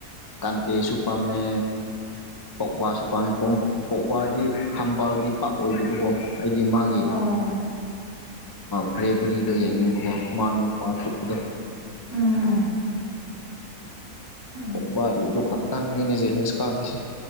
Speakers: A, on the left (about 35°); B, on the left (about 50°).
A: ꯀꯥꯟꯇꯦꯁꯨ ꯄꯥꯝꯃꯦ ꯄꯧꯕꯥꯁꯨ ꯄꯥꯝꯃꯦ <unintelligible> ꯄꯧꯕꯥꯗꯤ ꯍꯝꯕꯥꯜꯗꯤ ꯄꯥꯛ ꯑꯣꯏꯗꯦꯕꯀꯣ ꯍꯥꯏꯗꯤ ꯃꯥꯒꯤ
B: ꯑꯣ
A: ꯕ꯭ꯔꯦꯕꯔꯤꯗꯣ ꯌꯥꯡꯅꯤꯡꯕꯀꯣ ꯃꯥꯅ ꯅꯨꯄꯥ ꯊꯣꯛꯄꯗꯣ
B: ꯎꯝ ꯎꯝ ꯎꯝ
A: ꯄꯧꯕꯥꯗꯤ ꯑꯗꯨ ꯈꯥꯛ ꯇꯪꯅꯤ ꯑꯩꯅ ꯖꯦꯂꯦꯁ ꯀꯥꯈ꯭ꯔꯤꯁꯦ